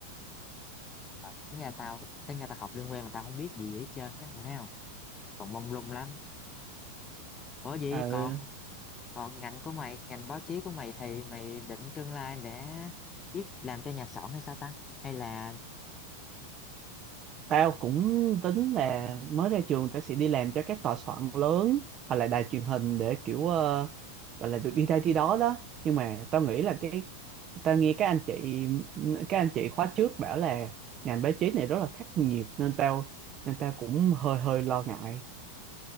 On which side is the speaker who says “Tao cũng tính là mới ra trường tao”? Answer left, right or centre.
Right